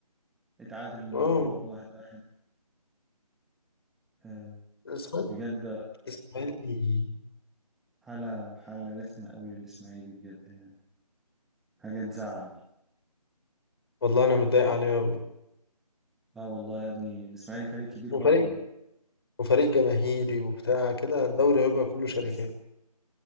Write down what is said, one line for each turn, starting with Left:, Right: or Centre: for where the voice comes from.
Centre: اتعادل النهارده
Left: اه
Centre: برضه واحد واحد آه،
Left: الاسماعيلي
Centre: بجد
Left: الاسماعيلي
Centre: حالة حالة رسمة قوي للإسماعيلي بجد يعني حاجة تزعل
Left: والله انا متضايق عليه قوي
Centre: اه والله يا ابني الإسماعيلي فريق كبير
Left: وفريق
Centre: برضو
Left: وفريق جماهيري وبتاع كده الدوري هيبقى كله شركات
Centre: بس